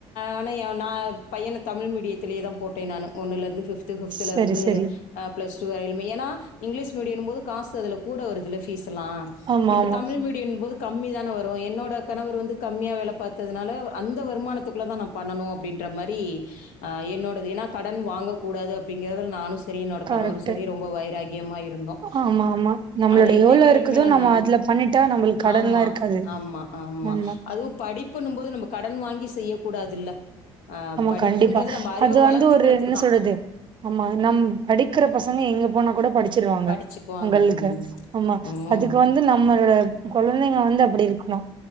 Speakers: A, on the left (about 80°); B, on the right (about 40°).
A: ஆனா நான் பையன தமிழ் மீடியத்திலயே தான் போட்டேன் நான் ஒன்னு லேந்து பிப்து பிப்தலருந்து
B: சரி சரி
A: ஆஹ் பிளஸ்டூ வரையிலும் ஏன்னா இங்கிலீஷ்மீடியம் போது காசு அதுல கூட வருதுலா பீஸ் லாம்
B: ஆமா
A: இப்ப
B: ஆமா
A: தமிழ் மீடியம் போது கம்மி தானே வரும் என்னோட கணவர் வந்து கம்மியா வேல பாத்ததுனால அந்த வருமானத்துக்குள்ள தான் நான் பண்ணனும் அப்படின்ற மாரி ஆஹ் என்னோடது ஏன்னா கடன் வாங்க கூடாது அப்படிங்கறதல நானும் நானும் சரி என்னுடைய
B: கரெக்ட்
A: கணவரும் சரி ரொம்ப வைராகியமா இருந்தோம்
B: ஆமா ஆமா நம்மளோட
A: அத இன்னைக்கு
B: எவ்ளோ
A: வரைக்குமே
B: இருக்குதோ
A: நாங்க
B: நம்ம அதுல பண்ணிட்டா நம்மளுக்கு கடன்லாம்
A: ஆமா
B: இருக்காது
A: ஆமா
B: ஆமா
A: அதும் படிப்பு படிபுணு போது நம்ம கடன் வாங்கி செய்ய கூடாதுல்ல அஹ்
B: ஆமா
A: படிப்புன்றது
B: கண்டிப்பா
A: நம்ம அறிவை
B: அது
A: வளத்துக்கிறதுக்கு
B: வந்து ஒரு என்ன
A: தான்
B: சொல்றது ஆமா நம் படிக்கிற பசங்க எங்க போனா கூட படி ச்சருவாங்க
A: படிச்சுக்குவாங்க.
B: உங்களுக்கு
A: ம்.
B: ஆமா
A: ம்.
B: அதுக்கு வந்து நம்மோட கொழந்தைங்க வந்து அப்படி இருக்கணும்